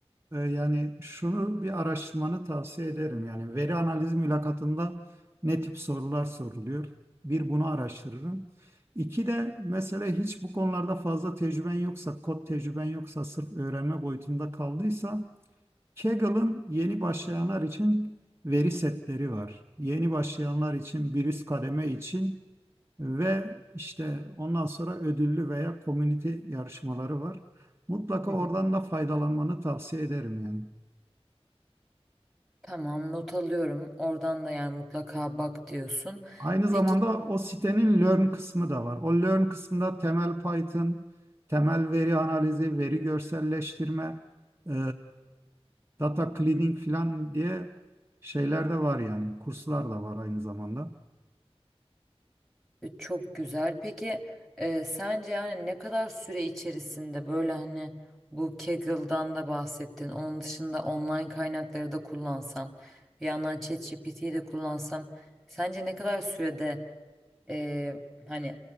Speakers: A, on the right; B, in the centre.
A: e, yani şunu bir araştırmanı tavsiye ederim. Yani veri analiz mülakatında ne tip sorular soruluyor? Bir bunu araştırırım. İki de mesela hiç bu konularda fazla tecrüben yoksa, kod tecrüben yoksa, sırf öğrenme boyutunda kaldıysa Kaggle'ın yeni başlayanlar için veri setleri var. Yeni başlayanlar için bir üst kademe için Ve işte ondan sonra ödüllü veya komünite yarışmaları var. Mutlaka
B: Hı hı.
A: oradan da faydalanmanı tavsiye ederim yani.
B: Tamam not alıyorum. Oradan da yani mutlaka bak diyorsun.
A: Aynı zamanda
B: Peki
A: o sitenin Learn kısmı da var. O Learn kısmında temel Python, temel veri analizi, veri görselleştirme, e, data cleaning falan diye şeyler de var yani. Kurslar da var aynı zamanda.
B: e, çok güzel. Peki e, sence yani ne kadar süre içerisinde böyle hani bu Kaggle'dan da bahsettin. Onun dışında online kaynakları da kullansam, bir yandan ChatGPT'yi yi de kullansam sence ne kadar sürede e, hani